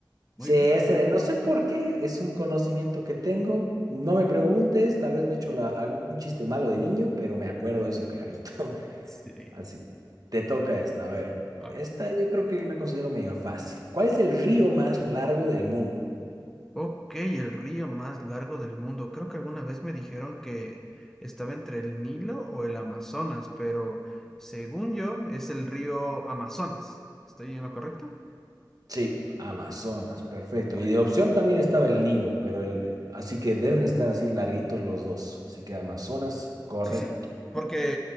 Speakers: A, in the centre; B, on the right (about 55°).
A: Muy
B: Sí,
A: bien.
B: ese, no sé por qué, es un conocimiento que tengo. No me preguntes, tal vez me he hecho la- algún chiste malo de niño, pero me acuerdo de eso clarito.
A: Sí.
B: Así, te toca esta. A ver,
A: Vamos.
B: esta yo creo que la considero medio fácil. ¿Cuál es el río más largo del mundo?
A: Ok, el río más largo del mundo. Creo que alguna vez me dijeron que estaba entre el Nilo o el Amazonas, pero según yo es el río Amazonas. ¿Estoy en lo correcto?
B: Sí, Amazonas, perfecto.
A: Allá.
B: Y de opción también estaba el Nilo, pero el, así que deben estar así larguitos los dos. Así que Amazonas, correcto.
A: Sí, sí, porque